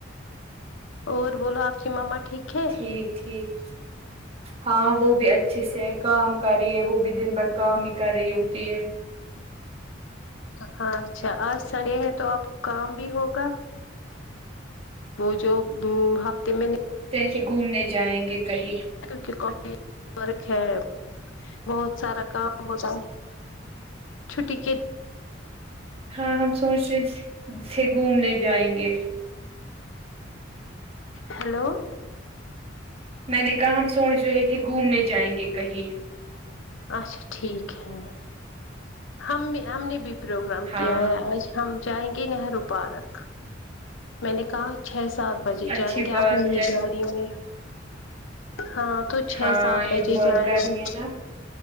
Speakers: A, on the left; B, on the right.
A: اور بولو آپ کی ماما ٹھیک ہے
B: ٹھیک ٹھیک ہاں وہ بھی اچھے سے کام کر رہی ہے وہ بھی دن بھر کام ہی کر رہی ہوتی ہے
A: ہاں اچھا آج سنڈے ہیں تو آپ کو کام بھی ہوگا وہ جو ہفتے میں
B: سے گھومنے جائیں گے کہیں
A: کیک کای ورک ہے بہت سارا کام ہوتا ہے چھٹی کے
B: ہاں ہم سوچ رہےے گھومنے جائیں گے
A: ہیلو
B: میں نے کہا ہم سوچ رہے تھے گھومنے جائیں گے کہیں
A: اچھا ٹھیک ہے ہم ہم نے بھی پروگرام
B: ہاں
A: کیا ہے آج ہم جائیں گے نہرو پارک میں نے کہا چھ سات بجے
B: اچھی
A: جائیں گے
B: بات
A: اپنی ہی
B: ہے
A: گاڑی میں ہاں تو چھ
B: ہاں
A: سات
B: یہ
A: بجے
B: بہت
A: جائےیں
B: گرمی
A: گی
B: ہے نا